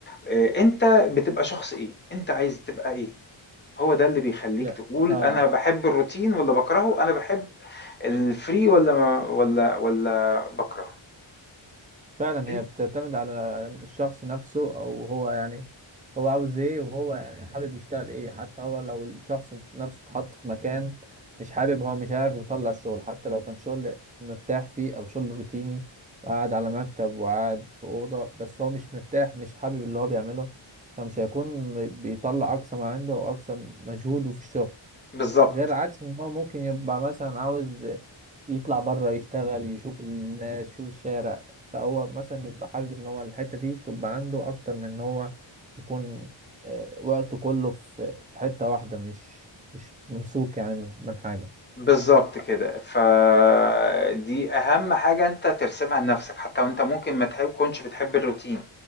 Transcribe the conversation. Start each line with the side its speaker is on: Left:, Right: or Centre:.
Left: آه، أنت بتبقى شخص إيه أنت عايز تبقى إيه هو ده اللي بيخلّيك
Right: يعني
Left: تقول
Right: اه
Left: أنا باحب الروتين والّا باكرهه، أنا باحب الfree والّا ما والّا والّا باكرهه.
Right: فعلا
Left: أن
Right: هي بتعتمد على الشخص نفسه او هو يعني هو عاوز ايه وهو يعني حابب يشتغل ايه حتى هو لو الشخص نفسه اتحط في مكان مش حابب هو مش عارف يطلع الشغل حتى لو كان شغل مرتاح فيه او شغل روتيني وقاعد على مكتب وقاعد في أوضة بس هو مش مرتاح مش حابب اللي هو بيعمله فمش هيكون بيطلع أقصى ما عنده وأقصى مجهوده في الشغل
Left: بالضبط،
Right: غير عكس ما هو ممكن يبقى مثلا عاوز يطلع بره يشتغل يشوف الناس يشوف الشارع فهو مثلا يبقى حابب ان هو الحتة دي تبقى عنده اكتر من ان هو يكون آه، وقته كله في في حتة واحدة مش مش ممسوك يعني من من حاجة
Left: بالضبط كده. فدي أهم حاجة أنت ترسمها لنفسك، حتى وأنت ممكن ما تكونش بتحب الروتين،